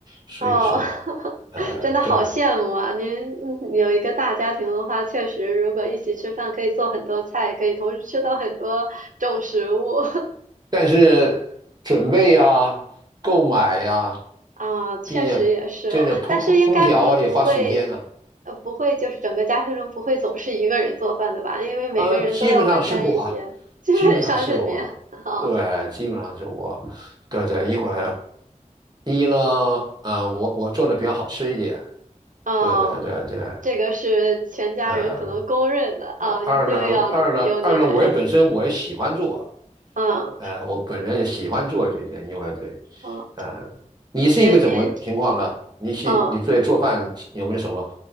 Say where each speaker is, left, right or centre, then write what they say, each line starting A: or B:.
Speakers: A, on the right (about 30°); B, on the right (about 80°).
A: 所以说，
B: 哦，<laughs>
A: 呃，
B: 真的好羡慕啊！
A: 对，
B: 您嗯有一个大家庭的话，确实，如果一起吃饭，可以做很多菜，可以同时吃到很多种食物 <laughs>
A: 但是准备呀、购买呀、
B: 啊，确实也是哦。
A: 并且这个烹烹烹调啊也花时间呢、
B: 但是应该不不会，呃，不会就是整个家庭中不会总是一个人做饭的吧？因为每个人都要分担一些，
A: 呃，基本上是我，
B: 基本上是您。
A: 基本上是我，
B: <laughs> 哦
A: 对，基本上是我，对对，因为一呢，呃，我我做的比较好吃一点。
B: 哦，
A: 对对对对，
B: 这个是全家人可能公认的啊，
A: 呃，二二呢，
B: 一定要由您来。
A: 二呢，二呢，我也本身我也喜欢做，
B: 嗯
A: 呃，我本人也喜欢做这些，因为对，
B: 嗯，
A: 呃，你是一个怎么情况呢？
B: 也您
A: 你喜你对做饭有没有什么
B: 嗯。